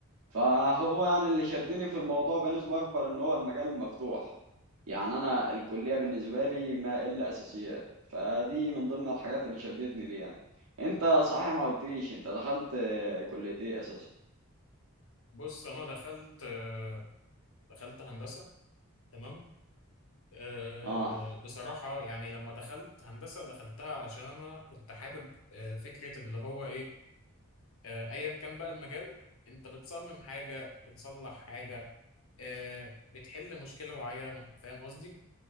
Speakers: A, on the right; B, on the left.
A: فهو يعني اللي شدني في الموضوع بنسبة أكبر إن هو المجال مفتوح يعني أنا الكلية بالنسبة لي ما إلا أساسيات فدي من ضمن الحاجات اللي شدتني ليها أنت صحيح ما قلتليش أنت دخلت آه، كلية إيه أساسا؟
B: بص انا دخلت آه، دخلت هندسة تمام آه،
A: آه
B: بصراحة يعني لما دخلت هندسة دخلتها علشان انا كنت حابب آه، فكرة اللي هو ايه آه، ايا كان بقى المجال انت بتصمم حاجة بتصلح حاجة آه، بتحل مشكلة معينة فاهم قصدي